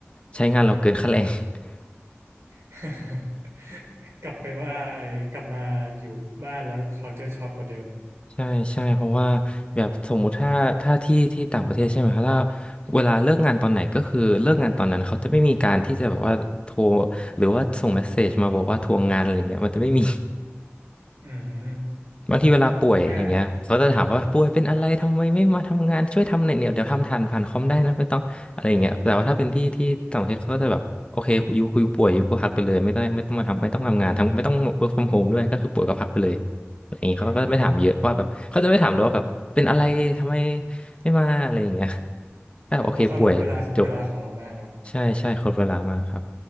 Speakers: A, on the left; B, on the right.
A: ใช้งานเราเกินค่าแรง <laughs>
B: <laughs> กลับไปว่าไอ้กลับมาอยู่บ้านแล้วเขาเจอช็อกกว่าเดิม
A: ใช่ใช่เพราะว่าแบบสมมุติถ้าถ้าที่ที่ต่างประเทศใช่ไหมครับถ้าเวลาเลิกงานตอนไหนก็คือเลิกงานตอนนั้นเขาจะไม่มีการที่จะแบบว่าโทรหรือว่าส่งเมสเซจมาบอกว่าทวงงานอะไรเงี้ยมันจะไม่มี
B: อืม
A: บางทีเวลาป่วยอย่างเงี้ยเขาจะถามว่าป่วยเป็นอะไรทำไมไม่มาทำงานช่วยทำหน่อยเนี่ยเดี๋ยวทำทันผ่านคอมได้นะไม่ต้องอะไรอย่างเงี้ยแต่ว่าถ้าเป็นที่ที่ต่างประเทศเขาก็จะแบบโอเคอยูคุยป่วยอยู่ก็พักไปเลยไม่ได้ไม่ต้องมาทำไม่ต้องทำงานทั้งไม่ต้อง
B: อ่า
A: work from home ด้วยก็คือป่วยก็พักไปเลยอะไรอย่างเงี้ยเขาก็ไม่ถามเยอะว่าแบบเขาจะไม่ถามเลยว่าแบบเป็นอะไรทำไม
B: อืม
A: ไม่มาอะไรอย่างเงี้ยก็แบบโอเคป่วยจบ
B: เขาเคารพเวลาเวลาของเรามากเนาะ
A: ใช่ใช่ครบเวลามากครับ